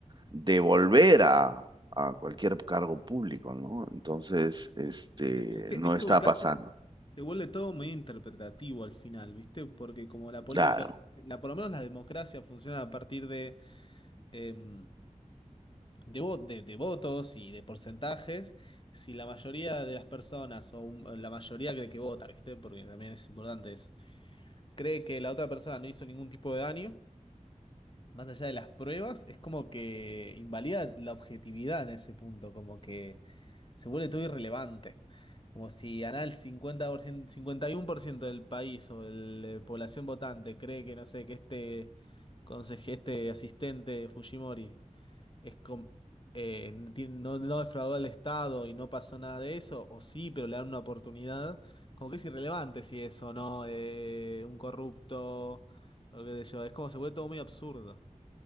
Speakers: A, on the right; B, on the left.
A: de volver a... a cualquier cargo público, ¿no? Entonces, este,
B: Es que,
A: no
B: es que
A: está
B: ubicás
A: pasando.
B: como, te vuelve todo medio interpretativo al final, ¿viste? Porque como la política,
A: Claro.
B: la, por lo menos la democracia funciona a partir de, em, de, vo- de- de votos y de porcentajes, si la mayoría de las personas o un- la mayoría cree que vota, ¿viste? Porque también es importante eso, cree que la otra persona no hizo ningún tipo de daño, más allá de las pruebas, es como que invalida la objetividad en ese punto, como que se vuelve todo irrelevante. Como si ganar el 50%, 51% del país o de la población votante cree que, no sé, que este conseje, este asistente de Fujimori es com- eh, ti- no, no defraudó al Estado y no pasó nada de eso, o sí, pero le dan una oportunidad, como que es irrelevante si es o no eh, un corrupto, o qué sé yo, es como se vuelve todo muy absurdo.